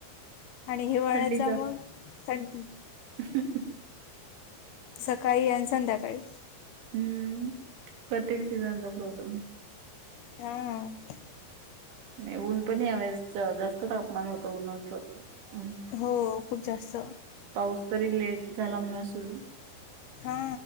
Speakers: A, on the left; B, on the right.
A: आणि हिवाळ्याचा
B: थंडीचा
A: मग? थंडी
B: <unintelligible>
A: सकाळी आण संध्याकाळी
B: हम्म, प्रत्येक सीझनचा प्रॉब्लेम
A: हा
B: नाही, ऊन पण, यावेळेस जास्त तापमान होतं उन्हाचं हं
A: हो, खूप जास्त
B: पाऊस तरी लेट झाला म्हणा सुरू,
A: हा